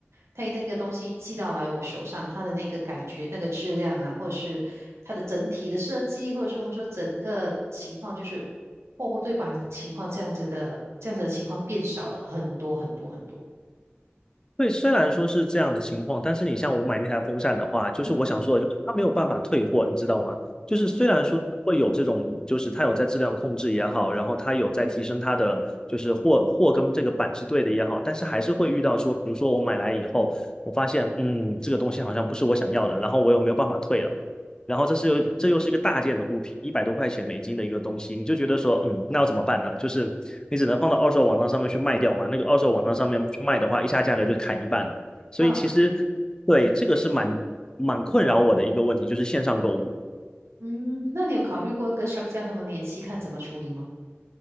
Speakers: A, on the right; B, on the left.
A: 他一那个东西寄到来我手上，它的那个感觉、那个质量啊，或者是它的整体的设计，或者是我们说整个情况，就是货不对版的情况，这样子的这样子的情况变少了很多很多很多。
B: 对，虽然说是这样的情况，但是你像我买那台风扇的话，就是我想说的，
A: 嗯哼
B: 就是它没有办法退货，你知道吗？就是虽然说会有这种，
A: 嗯哼，
B: 就是它有在质量控制也好，然后它有在提升它的，就是货货跟这个板是对的也好，但是还是会遇到说，比如说我买来以后，我发现，嗯，这个东西好像不是我想要的，然后我又没有办法退了，然后这是又这又是一个大件的物品，一百多块钱美金的一个东西，你就觉得说，嗯，那要怎么办呢？就是你只能放到二手网站上面去卖掉嘛。那个二手网站上面去卖的话，一下价格就砍一半了。所以其实对这个是蛮蛮困扰我的一个问题，
A: 啊
B: 就是线上购物。
A: 嗯，那你有考虑过跟商家他们联系，看怎么处理吗？